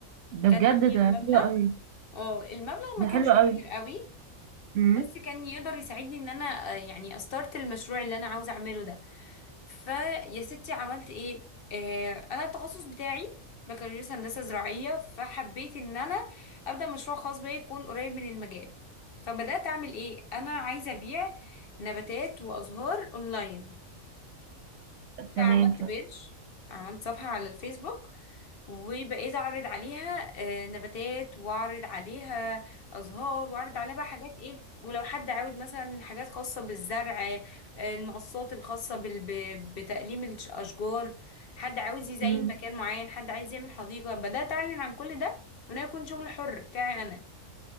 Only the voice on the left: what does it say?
كان
معايا
مبلغ
اه المبلغ
ما كانش
كبير قوي
بس كان يقدر يساعدني ان انا آه، يعني استارت المشروع اللي انا عاوزه اعمله ده فيا ستي عملت ايه آه انا التخصص بتاعي بكالوريوس هندسه زراعيه فحبيت ان انا ابدا مشروع خاص بيا يكون قريب من المجال فبدات اعمل ايه انا عايزه ابيع نباتات وازهار اونلاين
انا عملت
بيج عملت صفحة على الفيسبوك وبقيت اعرض عليها آه، نباتات واعرض عليها ازهار واعرض عليها بقى حاجات ايه ولو حد عاوز مثلا حاجات خاصة بالزرع آه، المقصات الخاصة بال... ب- بتقليم الاشجار حد عاوز يزين
مكان معين حد عايز يعمل حديقة بدأت اعلن عن كل ده وانا يكون شغل حر بتاعي انا